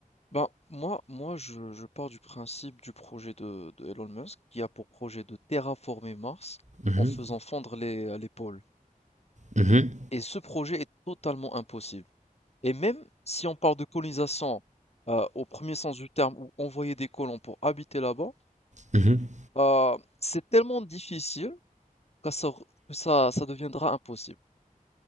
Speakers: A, on the left; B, on the right.
A: Ben, moi, moi je, je pars du principe du projet de, de Elon Musk qui a pour projet de terraformer Mars
B: Mhm,
A: en faisant fondre les, euh, les pôles.
B: mhm,
A: Et ce projet est totalement impossible. Et même si on parle de colonisation euh, au premier sens du terme ou envoyer des colons pour habiter là-bas,
B: mhm.
A: euh, c'est tellement difficile que ça, que ça, ça deviendra impossible.